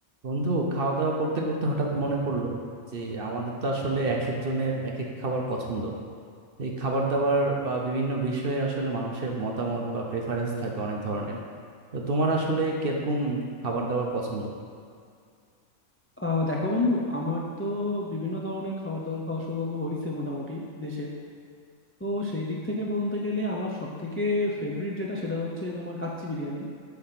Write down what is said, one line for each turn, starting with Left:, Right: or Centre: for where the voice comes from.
Right: বন্ধু খাওয়া দাওয়া করতে করতে হঠাৎ মনে পড়লো যে আমাদের তো আসলে এক একজনের এক এক খাবার পছন্দ এই খাবার দাবার বা বিভিন্ন বিষয়ে আসলে মানুষের মতামত বা প্রেফারেন্স থাকে অনেক ধরনের তো তোমার আসলে কিরকম খাবার দাবার পছন্দ
Left: আহ দেখো বন্ধু আমার তো বিভিন্ন ধরনের খাবার দাবার খাওয়ার সৌভাগ্য হয়েছে মোটামুটি দেশের তো সেই দিক থেকে বলতে গেলে আমার সব থেকে ফেভারিট যেটা সেটা হচ্ছে তোমার কাচ্চি বিরিয়ানি